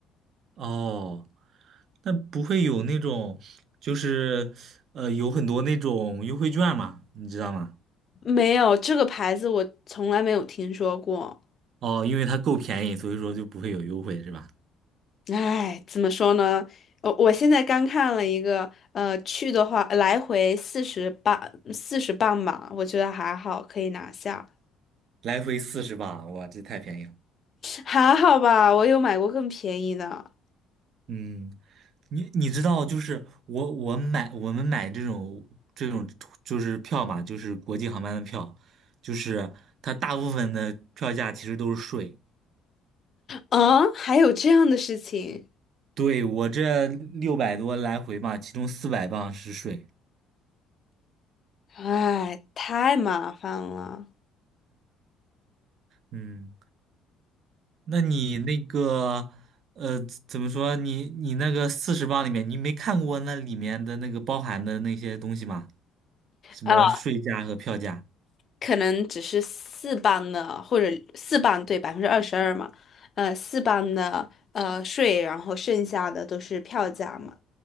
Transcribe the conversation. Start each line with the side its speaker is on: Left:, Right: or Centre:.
Right: 哦，那不会有那种，就是呃，有很多那种优惠券嘛，你知道吗？
Left: 没有，这个牌子我从来没有听说过。
Right: 哦，因为它够便宜，所以说就不会有优惠，是吧？
Left: 哎，怎么说呢？我我现在刚看了一个，呃，去的话来回四十磅，四十磅吧，我觉得还好，可以拿下，
Right: 来回四十吧，哇，这太便宜了。
Left: 还好吧。我有买过更便宜的，
Right: 嗯，你你知道，就是我我买我们买这种这种就是票嘛，就是国际航班的票，就是它大部分的票价其实都是税。
Left: 嗯，还有这样的事情，
Right: 对，我这六百多来回嘛，其中四百磅是税。
Left: 哎，太麻烦了。
Right: 嗯。那你那个呃，怎么说？你你那个四十磅里面，你没看过那里面的那个包含的那些东西吗？什么税价和票价？
Left: 啊，可能只是四磅的，或者四磅对百分之二十二嘛，呃，四磅的呃税，然后剩下的都是票价嘛。